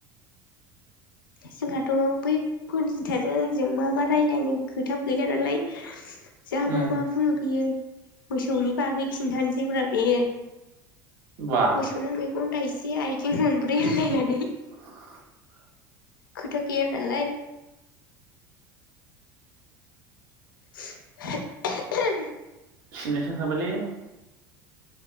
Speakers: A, on the left; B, on the right.
A: जोंहाथ' बै फुनजिथाजों आंजों मा मा रायजलायनो खोथा गैला नालाय जों
B: उम
A: मा मा बुङो बियो मोसौनि बागै खिन्थानोसैब्रा बेयो
B: बा
A: मोसौ ना मैगं थाइसे आथिं मोन ब्रै होनलायनानै
B: <inaudible>
A: खोथा गैया नालाय <unintelligible>
B: खिनोसो ओंखारबायलै